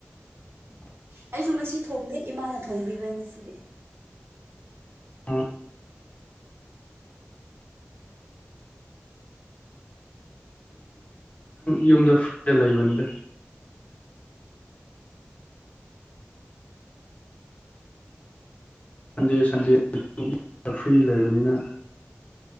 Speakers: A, on the right; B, on the left.
A: ꯑꯩꯁꯨ ꯉꯁꯤ ꯊꯣꯡꯗꯦ ꯏꯃꯥꯅ ꯊꯣꯡꯕꯤꯕꯅꯤ ꯉꯁꯤꯗꯤ
B: ꯑ ꯌꯨꯝꯗ ꯐꯨꯗ ꯂꯩꯕꯅꯤꯗ ꯁꯟꯗꯦ ꯁꯟꯗꯦ ꯐ꯭ꯔꯤ ꯂꯩꯕꯅꯤꯅ